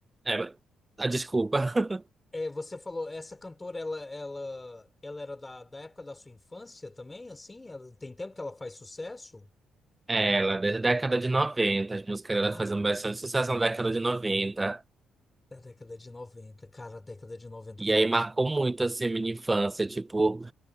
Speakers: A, on the right (about 15°); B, on the left (about 20°).
A: É, ah, desculpa. <laughs>
B: é, você falou, essa cantora, ela, ela, ela era da, da época da sua infância também, assim? Ela- tem tempo que ela faz sucesso?
A: É, ela, desde a década de 90 as músicas dela
B: Ah,
A: faziam bastante sucesso na década de noventa
B: da década de noventa. Cara, a década de 90
A: E
B: foi.
A: aí marcou muito assim a minha infância, tipo,